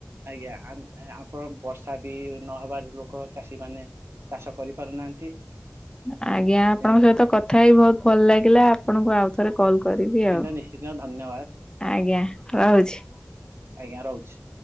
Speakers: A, on the right; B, on the left.
A: ଆଜ୍ଞା ଆମ ଆପଣ ବର୍ଷା ବି ନହେବାରୁ ଲୋକ ଚାଷୀ ମାନେ ଚାଷ କରିପାରୁନାହାନ୍ତି।
B: ହଁ <inaudible> ଆଜ୍ଞା ଆପଣଙ୍କ
A: ତେଣୁ
B: ସହିତ କଥା ହେଇ ବହୁତ ଭଲ ଲାଗିଲା ଆପଣଙ୍କୁ ଆଉ ଥରେ କଲ କରିବି ଆଉ।
A: ନିଶ୍ଚିତ ଧନ୍ୟ ଧନ୍ୟବାଦ।
B: ଆଜ୍ଞା ରହୁଛି।
A: ଆଜ୍ଞା ରହୁଛି।